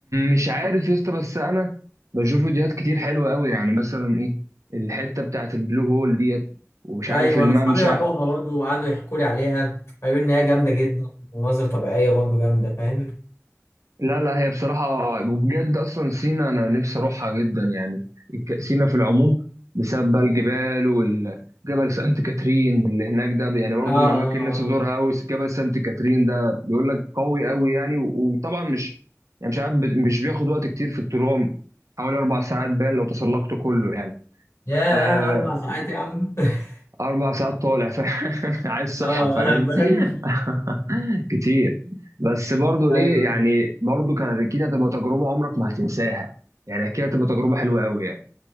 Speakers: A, on the right; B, on the left.
A: مش عارف يا اسطى بس انا بشوف فيديوهات كتير حلوه قوي يعني مثلا ايه الحته بتاعت البلو هول ديت ومش
B: ايوه
A: عارف الممشى
B: انا اصحابي راحوها برضه وقعدوا يحكوا لي عليها قالوا لي ان هي جامده جدا ومناظر طبيعيه برضه جامده فاهم
A: لا لا هي بصراحة وبجد أصلا سينا أنا نفسي أروحها جدا يعني ك- سينا في العموم بسبب بقى الجبال والجبل سانت كاترين اللي هناك ده يعني برضو
B: اه اه
A: من الأماكن اللي
B: اه
A: نفسي أزورها أوي جبل سانت كاترين ده بيقول لك قوي أوي يعني و- وطبعا مش يعني مش عارف ب- مش بياخد وقت كتير في الطلوع حوالي أربع ساعات باين لو تسلقته كله يعني
B: يا
A: آه
B: عم ساعات يا عم <laughs>
A: أربع ساعات طالع <laughs> ف... عايز صحة
B: اه
A: فاهم
B: انا فاهم
A: <laughs> كتير بس برضو
B: ايوه
A: ايه يعني
B: ايوه
A: برضو كانت اكيد هتبقى تجربه عمرك ما هتنساها يعني اكيد هتبقى تجربه حلوه قوي يعني